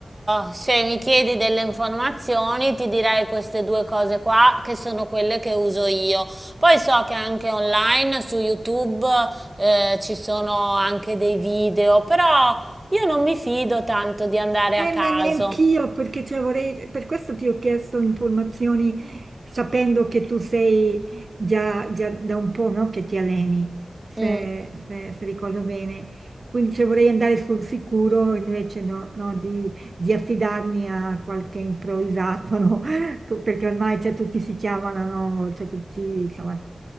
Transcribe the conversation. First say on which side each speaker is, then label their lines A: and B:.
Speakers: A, on the right (about 25°); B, on the right (about 60°).
A: eh, se mi chiedi delle informazioni, ti direi queste due cose qua che sono quelle che uso io. Poi so che anche online su YouTube eh, ci sono anche dei video, però io non mi fido tanto di andare
B: Eh,
A: a caso.
B: ma neanch'io, perché cioè, vorrei, per questo ti ho chiesto informazioni sapendo che tu sei già, già da un po', no, che ti alleni, se,
A: Mm.
B: se- se ricordo bene. Quindi cioè, vorrei andare sul sicuro invece no- no, di, di affidarmi a qualche improvvisato, no? <laughs> Co- Perché ormai cioè, tutti si chiamano, no? Cioè, tutti insomma,